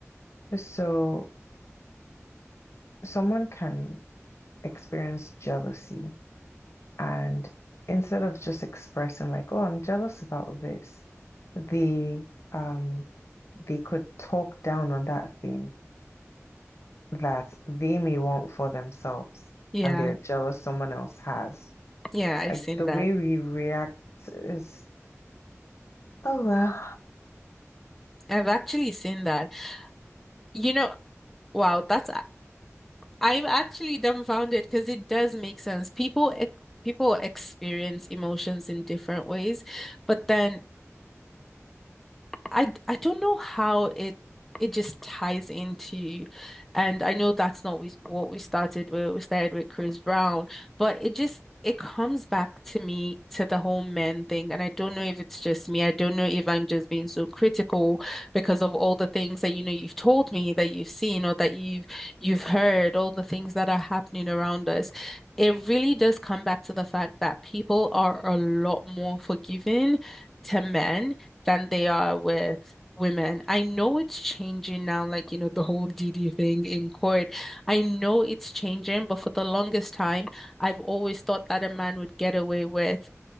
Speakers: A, on the left; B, in the centre.
A: So someone can experience jealousy and instead of just expressing like, oh, I'm jealous about this, they um they could talk down on that thing that they may want for themselves
B: Yeah,
A: and they're jealous someone else has.
B: yeah, I've
A: Like
B: seen
A: the way
B: that.
A: we react is, oh well,
B: I've actually seen that. You know, wow, that's I'm actually dumbfounded because it does make sense. People ex people experience emotions in different ways, but then I I don't know how it it just ties into, and I know that's not we, what we started with. We started with Chris Brown, but it just it comes back to me to the whole men thing, and I don't know if it's just me. I don't know if I'm just being so critical because of all the things that you know you've told me that you've seen or that you've you've heard, all the things that are happening around us. It really does come back to the fact that people are a lot more forgiving to men than they are with women. I know it's changing now, like, you know, the whole DD thing in court. I know it's changing, but for the longest time, I've always thought that a man would get away with